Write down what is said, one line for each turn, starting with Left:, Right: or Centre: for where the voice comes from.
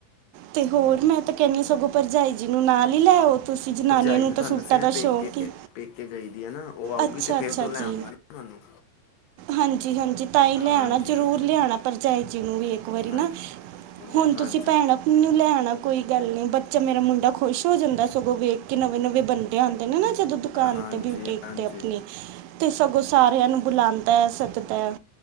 Right: ਤੇ ਹੋਰ ਮੈਂ ਤਾਂ ਕਹਿੰਨੀ ਹਾਂ ਸਗੋਂ ਭਰਜਾਈ ਜੀ ਨੂੰ ਨਾਲ ਲ ਲੈ <unintelligible> ਜਨਾਨੀਆਂ
Left: ਭਰਜਾਈ
Right: ਨੂੰ
Left: ਤੇ
Right: ਤਾਂ
Left: ਤੁਹਾਨੂੰ
Right: ਸੂਟਾਂ
Left: ਦੱਸਿਆ
Right: ਦਾ
Left: ਪੇਕੇ
Right: ਸ਼ੌਕ ਹੀ
Left: ਪੇਕੇ ਗਈ ਦੀ ਹੈ ਨਾ ਉਹ ਆਊਗੀ
Right: ਅੱਛਾ
Left: ਤੇ
Right: ਅੱਛਾ
Left: ਫਿਰ ਉਦੋਂ ਲੈ
Right: ਜੀ
Left: ਆਉਂਗਾ ਨਾ ਤੁਹਾਨੂੰ
Right: ਹਾਂਜੀ ਹਾਂਜੀ ਤਾਂ ਹੀ ਲਿਆਨਾ
Left: ਹਾਂਜੀ
Right: ਜਰੂਰ
Left: ਹਾਂਜੀ
Right: ਲਿਆਣਾ ਪਰਜਾਈ ਜੀ ਨੂੰ ਵੀ ਇੱਕ ਵਾਰੀ
Left: ਹਾਂਜੀ
Right: ਨਾ ਹੁਣ
Left: ਹਾਂਜੀ
Right: ਤੁਸੀਂ ਭੈਣ ਨੂੰ ਲੈਣਾ ਕੋਈ ਗੱਲ ਨੀ ਬੱਚਾ ਮੇਰਾ ਮੁੰਡਾ ਖੁਸ਼ ਹੋ ਜਾਂਦਾ ਸਗੋਂ ਵੇਖ ਕੇ ਨਵੇਂ ਨਵੇਂ ਬੰਦੇ ਆਉਂਦੇ ਨਾ ਜਦੋਂ ਦੁਕਾਨ
Left: ਹਾਂਜੀ
Right: ਤੇ ਬੁਟੀਕ
Left: ਹਾਂਜੀ
Right: ਤੇ ਆਪਣੀ ਤੇ ਸਗੋਂ <unintelligible> ਸਾਰਿਆਂ ਨੂੰ ਬੁਲਾਉਂਦਾ ਹੈ ਸੱਦਦਾ ਹੈ